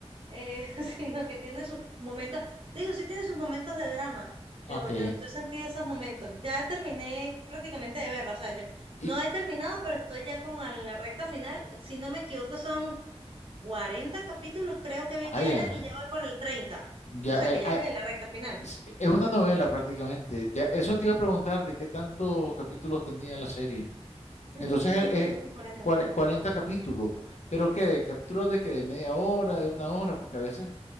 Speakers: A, on the right; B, on the left.
A: eh, <laughs> sino que tiene sus momentos, digo, sí tiene sus momentos de drama. Yo,
B: ok.
A: yo, yo sentí esos momentos. Ya terminé prácticamente de verla, o sea, yo
B: Y
A: no he terminado, pero estoy ya como en la recta final. Si no me equivoco, son 40 capítulos, creo que vi
B: vaya,
A: que eran, y ya voy por el treinta
B: ya,
A: O sea, que
B: eh,
A: ya
B: ah,
A: estoy en la recta final.
B: es es una novela prácticamente. Ya, eso te iba a preguntar de qué tantos capítulos tenía la serie.
A: Mm,
B: Entonces
A: sí,
B: el-
A: creo
B: es
A: que son cuarenta
B: cuare- 40 capítulos, pero qué, ¿De capítulos de qué, de media hora, de una hora, porque a veces